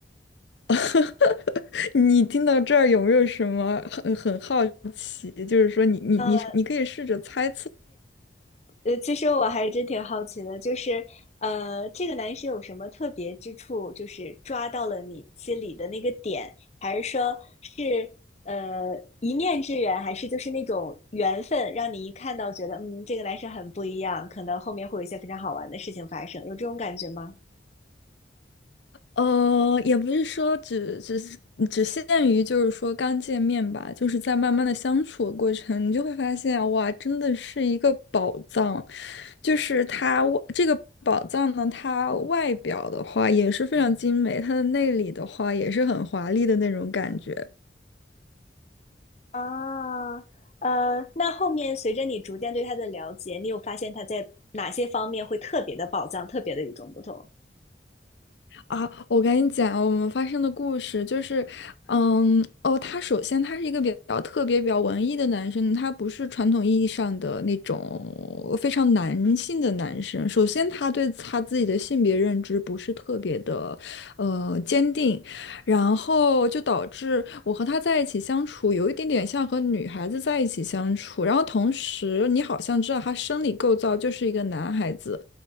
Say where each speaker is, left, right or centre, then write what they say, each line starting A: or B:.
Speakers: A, on the left; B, on the left.
A: <laughs> 你听到这儿有没有什么很很好奇？就是说你你你你可以试着猜测。
B: 呃呃，其实我还真挺好奇的，就是呃，这个男生有什么特别之处，就是抓到了你心里的那个点，还是说是呃一面之缘，还是就是那种缘分，让你一看到觉得嗯，这个男生很不一样，可能后面会有一些非常好玩的事情发生，有这种感觉吗？
A: 呃，也不是说只只是嗯只限于就是说刚见面吧，就是在慢慢的相处的过程，你就会发现啊哇，真的是一个宝藏。就是它外这个宝藏呢，它外表的话也是非常精美，它的内里的话也是很华丽的那种感觉。
B: 啊，呃，那后面随着你逐渐对他的了解，你有发现他在哪些方面会特别的宝藏，特别的与众不同？
A: 啊，我跟你讲，我们发生的故事就是，嗯，哦，他首先他是一个比较特别、比较文艺的男生，他不是传统意义上的那种非常男性的男生。首先，他对他自己的性别认知不是特别的，呃，坚定，然后就导致我和他在一起相处有一点点像和女孩子在一起相处。然后同时，你好像知道他生理构造就是一个男孩子。